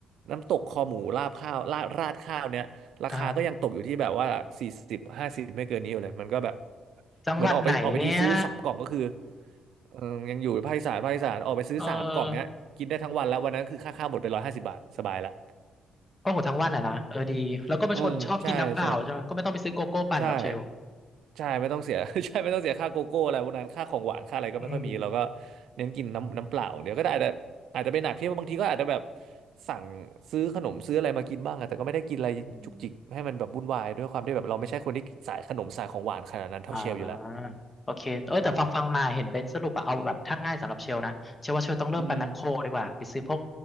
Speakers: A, on the right; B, on the left.
A: น้ำตกคอหมูราดข้าวราดราดข้าวเนี้ย ราคาก็ยังตกอยู่ที่แบบว่าสี่สิบห้าสิบไม่เกินนี้อยู่เลยมันก็แบบ
B: อ่าฮะจังหวัดไหนเนี่ย
A: เหมือนออกไปออกไปที่ซื้อสามกล่องก็คือเออยังอยู่ภาคอีสานภาคอีสานออกไปซื้อสามกล่องเนี้ยกินได้ทั้งวันแล้ววันนั้นคือค่าข้าวหมดไปร้อยห้าสิบบาทสบายละ
B: เออโอ้โหทั้งวันอ่ะนะเออดีแล้วก็เป็นคนชอบกินน้ำเปล่าใช่ไหมก็ไม่ต้องไปซื้อโกโก้ปั่นแบบเชล
A: <laughs> อืมใช่ใช่ใช่ ใช่ไม่ต้องเสีย <laughs> ใช่ไม่ต้องเสียค่าโกโก้อะไรพวกนั้นค่าของหวานค่าอะไรก็ไม่ค่อยมีเราก็
B: อืม
A: เน้นกินน้ำน้ำเปล่าเดี๋ยวก็ได้อาจตอาจจะเป็นหนักที่บางทีก็อาจจะแบบสั่งซื้อขนมซื้ออะไรมากินบ้างอะแต่ก็ไม่ได้กินอะไรจุกจิกให้มันแบบวุ่นวายด้วยความที่แบบเราไม่ใช่คนที่สายขนมสายของหวานขนาดนั้นเท่าเชลอยู่แล้ว
B: อืมอ่าโอเคเออแต่ฟังฟังมาเห็นเบนซ์สรุปอะเอาแบบถ้าง่ายสำหรับเชลนะเชลว่าเชลต้องเริ่มไปแมคโครดีกว่าไปซื้อพวก
A: ใช่อืม